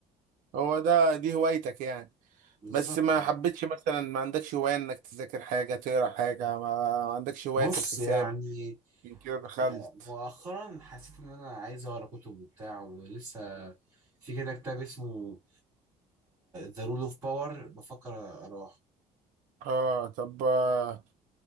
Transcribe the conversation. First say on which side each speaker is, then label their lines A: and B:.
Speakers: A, on the right (about 65°); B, on the right (about 20°).
A: هو ده دي هوايتك يعني
B: بالظبط
A: بس ما حبيتش مثلا ما عندكش هواية انك تذاكر حاجة تقرا حاجة ما ما عندكش هواية
B: بص
A: في الحساب
B: يعني
A: عشان كده دخلت
B: آه، مؤخرا حسيت ان انا عايز اقرا كتب وبتاع ولسه في كده كتاب اسمه ذا رول اوف باور بفكر اقراه
A: اه طب آه،